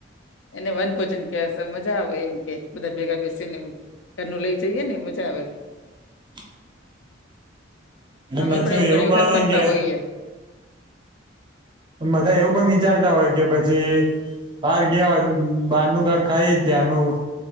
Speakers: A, on the left; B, on the right.
A: એને વન ભોજન કેવાય શ મજા આવે એમ કે બધા ભેગા બેસીને ઘરનું લઈ જઈએ ને મજા આવે.
B: <inaudible> એ
A: અમે
B: પાછું
A: પણ ઘણી
B: એવું પણ
A: વખત
B: હોય
A: કરતા
B: કે.
A: હોઈએ
B: બધા એવું પણ વિચારતા હોય કે પછી. બાર ગયા હોય બાર નનું કાક ખાઈ ત્યાંનું